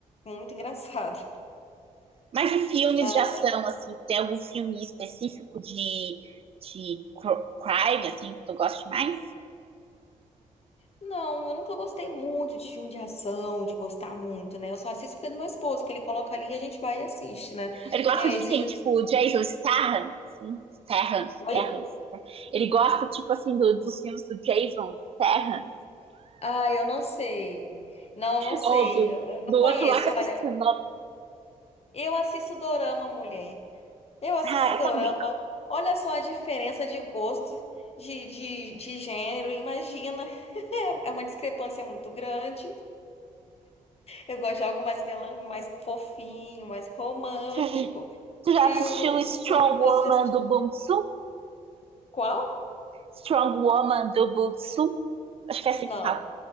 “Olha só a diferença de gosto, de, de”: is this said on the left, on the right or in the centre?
Left